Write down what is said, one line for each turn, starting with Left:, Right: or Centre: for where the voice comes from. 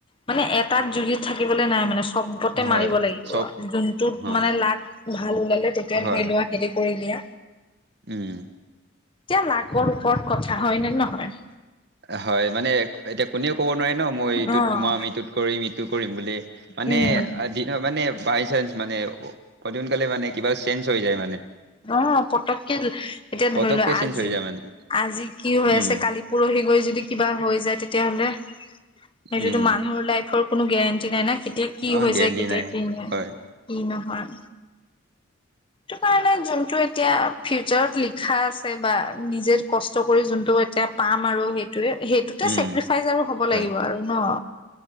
Left: মানে এটাত জোযি থাকিবলৈ নাই, মানে চব্বতে
Right: হয়
Left: মাৰিব লাগিব,
Right: চব
Left: যোনটোত
Right: অ
Left: মানে লাগ ভাল ওলালে তেতিয়া
Right: হয়
Left: ধৰি লোৱা হেৰি কৰি দিয়া।
Right: উম,
Left: এতিয়া লাকৰ, ওপৰত কথা হয় নে, নহয়?
Right: হয়, মানে এতিয়া কোনেও ক'ব নোৱাৰে ন, মই এইটোত
Left: অ',
Right: তোমাৰ আমি এইটোত কৰিম এইটো কৰিম বুলি, মানে
Left: উম,
Right: দিন মানে বাইচান্স মানে অতিসোনকালে মানে, কিবা চেঞ্জ হৈ যায় মানে।
Left: অ, পটককে, এতিয়া ধৰি
Right: পতককে
Left: লোৱা
Right: চেঞ্জ
Left: আজি,
Right: হৈ যায় মানে
Left: আজি কি হৈ
Right: উম
Left: আছে কালি পৰহি গৈ যদি কিবা হৈ যায় তেতিয়াহ'লে, সেইটোতো
Right: উম
Left: মানুহৰ লাইফৰ কোনো গেৰেণ্টি নাই না, কেতিয়া কি
Right: অ
Left: হৈ
Right: গেৰেণ্টি
Left: যায়, কেতিয়া
Right: নাই
Left: কি নহয়
Right: হয়
Left: কি নহয়। টো, কাৰণে যোনটো এতিয়া ফিউচাৰত লিখা আছে বা নিজে কষ্ট কৰি যোনটো এতিয়া পাম আৰু সেইটোৰে সেইটোতে
Right: উম
Left: চেক্ৰিফাইচ আৰু হ'ব
Right: হয়
Left: লাগিব আৰু ন?